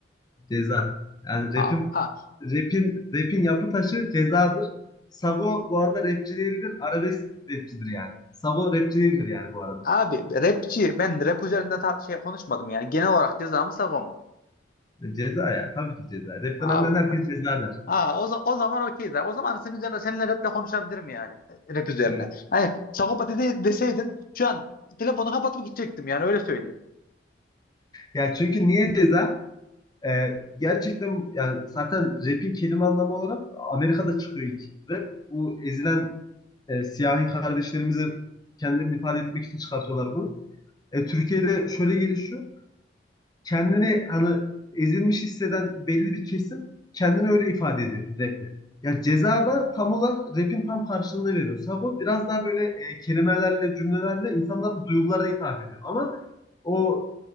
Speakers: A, on the left; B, on the left.
A: Ceza. Yani rapim,
B: Abi, a-
A: rapin, rapin yapı taşı cezadır. Sabo bu arada rapçi değildir, arabesk rapçidir yani. Sabo rapçi değildir yani bu arada.
B: abi rapçi ben rap üzerinde tar- şey konuşmadım yani. Genel olarak ceza mı Sagopa mı?
A: Ceza ya. Tabii ki ceza. Rapten
B: Abi
A: anlayan herkes ceza der.
B: ha, o, za- o zaman okeyiz abi. O zaman senin üzerine seninle raple konuşabilirim yani. Rap üzerine.
A: Evet.
B: Hani Sagopa dedi, deseydin şu an telefonu kapatıp gidecektim yani öyle söyleyeyim.
A: Ya çünkü niye ceza? Ee, gerçekten yani zaten rap'in kelime anlamı olarak Amerika'da çıkıyor ilk rap. Bu ezilen e, siyahi kardeşlerimize kendilerini ifade etmek için çıkartıyorlar bunu. E, Türkiye'de şöyle gelişiyor. kendini hani ezilmiş hisseden belli bir kesim kendini öyle ifade ediyor raple. Ya ceza da tam olarak rapin tam karşılığını veriyor. Sabo biraz daha böyle e, kelimelerle, cümlelerle insanların duygularına hitap ediyor. Ama o